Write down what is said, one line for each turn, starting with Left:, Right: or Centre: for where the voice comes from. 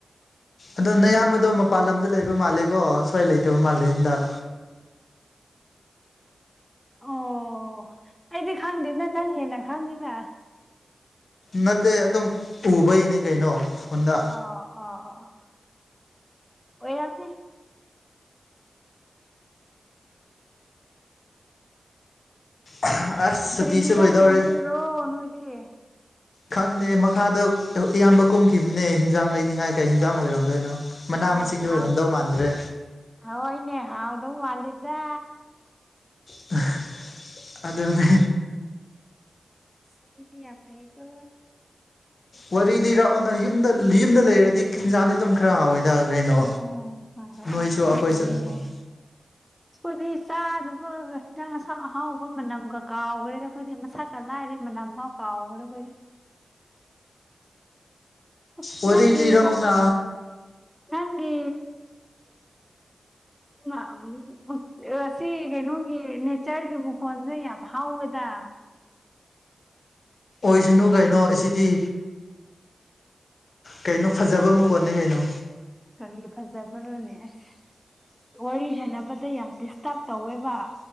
Left: ꯑꯗꯣ ꯅꯌꯥꯝꯕꯗꯣ
Centre: ꯎꯝ
Left: ꯃꯄꯥꯟ ꯂꯝꯗ ꯂꯩꯕ ꯃꯥꯜꯂꯦꯀꯣ ꯁ꯭ꯋꯥꯏ ꯂꯩꯇꯕ ꯃꯥꯜꯂꯦ ꯍꯟꯗꯛ
Centre: ꯑꯣ ꯑꯩꯗꯤ ꯈꯪꯗꯦꯅꯦ ꯅꯪ ꯍꯦꯟꯅ ꯈꯪꯉꯤꯅ
Left: ꯅꯠꯇꯦ ꯑꯗꯨꯝ ꯎꯕꯩꯅꯤ ꯀꯩꯅꯣ ꯐꯣꯟꯗ
Centre: ꯑꯥ ꯑꯥ ꯑꯥ ꯑꯣꯏꯔꯝꯅꯤ
Left: <unintelligible> ꯁꯨꯇꯤꯁꯨ
Centre: ꯀꯔꯤ ꯍꯤꯟꯖꯥꯡ
Left: ꯂꯣꯏꯗꯧꯔꯦ
Centre: ꯊꯣꯡꯗꯣꯏꯔꯣ ꯅꯣꯏꯗꯤ
Left: ꯈꯪꯗꯦ ꯃꯈꯥꯗ ꯏꯌꯥꯝꯕ ꯀꯨꯝꯈꯤꯕꯅꯦ ꯍꯤꯟꯖꯥꯡ ꯂꯩꯅꯤꯡꯉꯥꯏ ꯀꯩ ꯍꯤꯟꯖꯥꯡ ꯑꯣꯏꯔꯝꯗꯣꯏꯅꯣ ꯃꯅꯥ
Centre: ꯍꯥꯏꯁ
Left: ꯃꯁꯤꯡꯗꯤ
Centre: ꯍꯥꯎ
Left: ꯑꯣꯏꯔꯝꯗꯧ ꯃꯥꯟꯗ꯭ꯔꯦ
Centre: ꯍꯋꯥꯏꯅꯦ ꯍꯥꯎꯗꯧ ꯃꯥꯟꯂꯦꯗꯥ
Left: <unintelligible> ꯑꯗꯨꯅꯦ
Centre: ꯑꯗꯨꯗꯤ ꯌꯥꯝ ꯐꯩꯌꯦꯀꯣ
Left: ꯋꯥꯔꯤ ꯂꯤꯔꯛꯑꯣꯅ ꯌꯨꯝꯗ ꯌꯨꯝꯗ ꯂꯩꯔꯗꯤ ꯍꯤꯟꯖꯥꯡꯗꯤ ꯑꯗꯨꯝ ꯈꯔ ꯍꯥꯎꯋꯦꯗ ꯀꯩꯅꯣ
Centre: ꯑꯣ ꯍꯣꯏ ꯍꯣꯏ
Left: ꯅꯣꯏꯁꯨ
Centre: ꯌꯥꯝ
Left: ꯑꯩꯈꯣꯏꯁꯨ
Centre: ꯐꯩꯌꯦ
Left: ꯑꯗꯨꯝ ꯐꯪ
Centre: <inaudible> ꯑꯩꯈꯣꯏꯗꯤ ꯆꯥꯗꯕ ꯍꯤꯟꯖꯥꯡꯁꯨ ꯑꯍꯥꯎꯕ ꯃꯅꯝꯒ ꯀꯥꯎꯈ꯭ꯔꯦꯗ ꯑꯩꯈꯣꯏꯗꯤ ꯃꯁꯛꯀ ꯂꯥꯏꯔꯤ ꯃꯅꯝ ꯐꯥꯎ ꯀꯥꯎꯒ꯭ꯔꯦ ꯑꯩꯈꯣꯏꯗꯤ ꯑꯁ
Left: ꯋꯥꯔꯤ
Centre: ꯅꯪꯒꯤ
Left: ꯂꯤꯔꯛꯑꯣꯅ
Centre: ꯅꯪꯒꯤ <unintelligible> ꯁꯤ ꯀꯩꯅꯣꯒꯤ ꯅꯦꯆꯔꯒꯤ ꯃꯈꯣꯟꯁꯦ ꯌꯥꯝ ꯍꯧꯋꯦꯗ
Left: ꯑꯣꯏꯁꯅꯨ ꯀꯩꯅꯣ ꯑꯁꯤꯗꯤ ꯀꯩꯅꯣ ꯐꯖꯕ ꯃꯈꯣꯟꯅꯦ ꯀꯩꯅꯣ
Centre: ꯀꯔꯤꯒꯤ ꯐꯖꯕꯔꯣꯅꯦ ꯑꯁ ꯋꯥꯔꯤ ꯁꯥꯟꯅꯕꯗ ꯌꯥꯝ ꯗꯤꯁꯇꯔꯕ ꯇꯧꯋꯦꯕ